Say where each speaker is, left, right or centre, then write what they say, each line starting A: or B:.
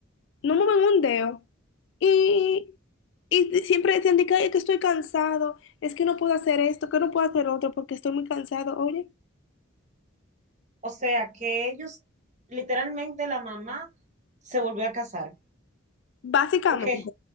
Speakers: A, on the left; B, on the right.
A: no mueven un dedo. Y, y siempre decían de que, "Ay, es que estoy cansado, es que no puedo hacer esto, que no puedo hacer otro porque estoy muy cansado. Oye,
B: O sea que ellos, literalmente la mamá se volvió a casar,
A: básicamente.
B: porque